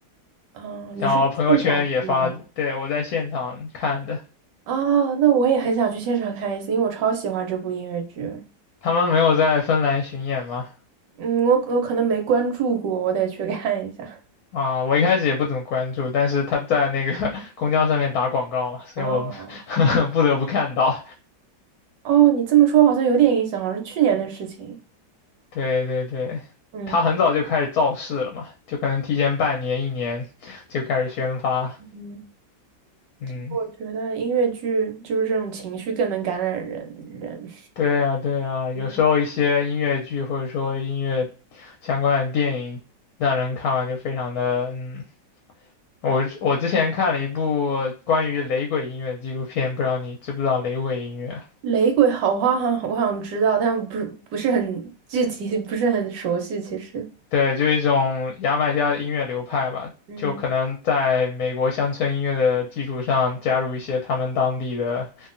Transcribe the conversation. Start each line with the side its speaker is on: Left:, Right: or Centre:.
Right: 嗯，
Left: 然后朋友圈也发，
Right: 你是现场听的吗？
Left: 对，我在现场看的。
Right: 啊，那我也很想去现场看一次，因为我超喜欢这部音乐剧。
Left: 他们没有在芬兰巡演吗？
Right: 嗯，我我可能没关注过，我得去看一下。
Left: 啊，我一开始也不怎么关注，但是他在那个 <laughs> 公交上面打广告嘛，所以我
Right: 哦，
Left: <laughs> 不得不看到。
Right: <laughs> 哦，你这么说好像有点印象，好像是去年的事情。
Left: 对对对，
Right: 嗯，
Left: 他很早就开始造势了嘛，就可能提前半年、一年 <laughs> 就开始宣发。
Right: 嗯，
Left: 嗯，
Right: 其实我觉得音乐剧就是这种情绪更能感染人人。
Left: 对啊对啊，有时候一些音乐剧或者说音乐相关的电影，
Right: 嗯
Left: 让人看完就非常的嗯。我我之前看了一部关于雷鬼音乐的纪录片，不知道你知不知道雷鬼音乐？
Right: 雷鬼好花好像我好像知道，但不是不是很具体，不是很熟悉。其实，
Left: 对，就一种牙买加的音乐流派吧，
Right: 嗯
Left: 就可能在美国乡村音乐的基础上，加入一些他们当地的